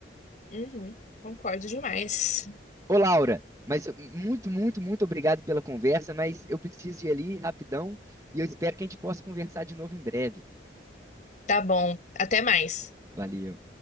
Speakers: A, on the left; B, on the right.
A: Uhum, concordo demais.
B: Ô, Laura, mas eu- muito, muito, muito obrigado pela conversa, mas eu preciso ir ali rapidão e eu espero que a gente possa conversar de novo em breve.
A: Tá bom, até mais.
B: Valeu.